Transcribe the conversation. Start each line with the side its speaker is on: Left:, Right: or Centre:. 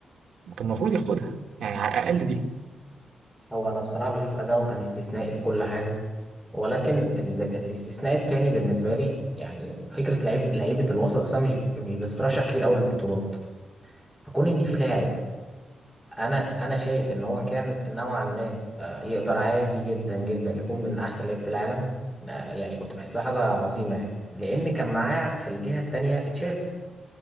Right: كان المفروض ياخدها يعني على الأقل دي
Centre: هو انا بصراحه بشوف اداؤه كان استثنائي في كل حاجه ولكن ال... الاستثناء التاني بالنسبه لي يعني فكره لعيب لعيبه الوسط اصلا مش مش بتترشح كتير قوي للبطولات فكون ان في لاعب انا انا شايف ان هو كان نوعا ما آه، يقدر عادي جدا جدا يكون من احسن لعيب في العالم آه، يعني كنت بحسها حاجه عظيمه يعني لان كان معاه في الجهه التانيه تشافي